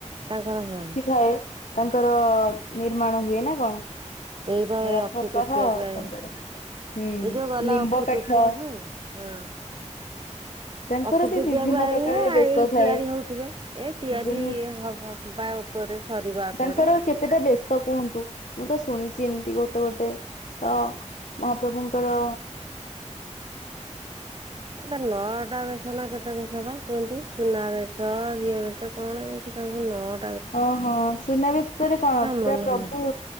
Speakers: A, on the right (about 40°); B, on the left (about 80°).
A: ତାଙ୍କର କଣ?
B: ଏ ତାଙ୍କର ନିର୍ମାଣ ହୁଏ ନା କଣ?
A: ଏଇ ବା ଏ
B: ରଥ
A: ଅଖିତୃତୀୟା
B: ସହ
A: କୁଆଡେ?
B: ତାଙ୍କର
A: ଏ
B: ହୁଁ
A: ଯୋଉ ଗଲା
B: ଲିମ୍ବ
A: ଅଖିତୃତୀୟା
B: କାଠ
A: କୁ ହଁ।
B: ତାଙ୍କର
A: ଅଖିତୃତୀୟାକୁ
B: ବି ବିଭିନ୍ନ
A: ଆଇଲେ
B: ପ୍ରକାରର ବେଶ
A: ଏଇ
B: ଥାଏ
A: ତିଆରି ହଉଥିବେ ଏ ତିଆରି
B: ଯେମିତି
A: ହବ। ବା ଉପରେ ସରିବ ଆ
B: ତାଙ୍କର
A: ପରେ।
B: କେତେଟା ବେଶ କୁହନ୍ତୁ ମୁଁ ତ ଶୁଣିଚି ଏମତି ଗୋଟେ ଗୋଟେ ତ ମହାପ୍ରଭୁଙ୍କର
A: ଏ ବା ନଅଟା ବେଶ ନା କେତେ ବେଶ ବା କୁହନ୍ତି। ସୁନାବେଶ ଇଏ ବେଶ କଣ ଏମିତି ସବୁ ନଅ
B: ଅ ହଁ ସୁନା ବେଶରେ କଣ ପୁରା
A: ମନେ ନାହିଁ।
B: ପ୍ରଭୁ